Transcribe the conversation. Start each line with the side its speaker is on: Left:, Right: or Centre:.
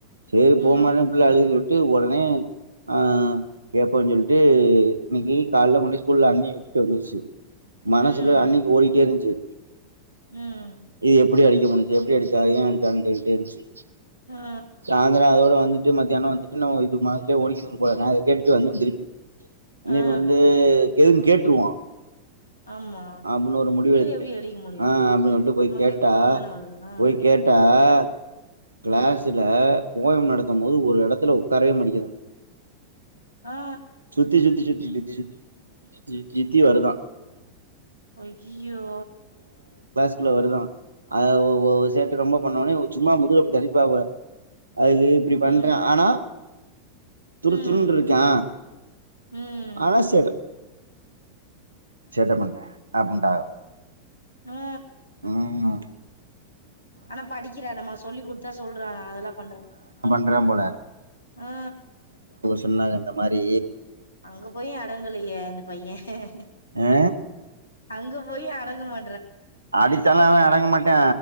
Right: சேரி
Left: ம்
Right: போமாட்டா பிள்ள அழுகுதுன் சொல் ட்டு ஒடனே ஆ கேப்போன்னு சொல்ட்டு இன்னக்கி கால்ல கொண்டுபோய் ஸ்கூல்ல அண்ணியே விட்டுட்டு வந்துச்சு மனசுல
Left: ம்
Right: அண்ணிக்கி ஓடிட்டே இருந்துச்சு
Left: ம்
Right: ஏ எப்டி அடிக்க முடிஞ்ச்சு எப்டி அடி ச்சு அது ஏன் அடிச்சாங்கனு கேட்டுட்டே இருந்துச்சு
Left: ஆ
Right: சாயந்திரோ அதோட வந்து ட்டு மத்யானோ வந்துட்டு நா இது மாரியே ஓடிக்கினு இருக்க கூடாதுனா இது கேட்டுட்டு வந்து திருப்தி இன்னக்கி
Left: ஆ
Right: வந்து எதுக்குனு கேட்ருவோ
Left: ஆமா
Right: அப்புன்னு ஒரு முடிவு
Left: புள்ளைய
Right: எடுத்துட்டு
Left: எப்டி அடிக்க முடியு
Right: ஆ அப்டி அப்டியே போய்
Left: நமக்கே
Right: கேட்டா
Left: கோவந்தான வருது ஆ
Right: போய் கேட்டா அ கிளாஸ்ல
Left: ஆ
Right: போயம் நடத்தும்போது ஒரு எடத்துல உக்காரவே மாட்டிங்கறா
Left: ஆ
Right: சுத்தி சுத்தி சுத்தி சுத் தி சுத்தி சுத்தி சுத்தி சுத்தி சுத்தி சுத்தி வருதா
Left: ஐயய் யோ
Right: க்குள்ள வருதா ஆ ஒ ஒ சேட்ட ரொம்ப பண்ணவுன்னே சும்மா முதுகுல அப்டி தட்டிருப்பாவ அது இப்டி பண்றா
Left: ம்
Right: ஆனா துருதுருன்ருக்கா
Left: ம் ம்
Right: ஆனா சேட்ட சேட்ட பண்றா அப்டின்ட்டாவுக
Left: ஆ
Right: ம்
Left: ஆனா படிக்கிறானாம்மா சொல்லி குடுத்தா சொல்றானா அதல்லா பண்றா
Right: றா போல
Left: ஆ
Right: சொன்னாக இந்த மாரி
Left: அங்க போயு அடங்கலயே அந்த பைய <inaudible>
Right: ஆ
Left: அங்க போயு அடங்க மா
Right: அடிச்சாலு அவ அடங்க மாட்டா